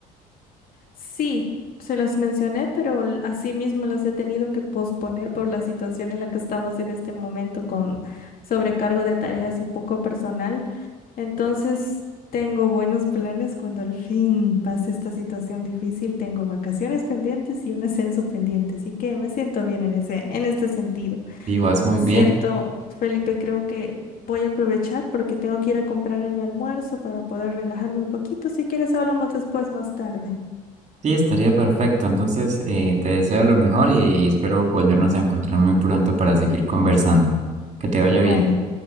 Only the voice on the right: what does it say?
Y vas
muy
bien.
Sí, estaría perfecto. Entonces, eh, te deseo lo mejor y, y espero volvernos a encontrar muy pronto para seguir conversando. Que te vaya
bien.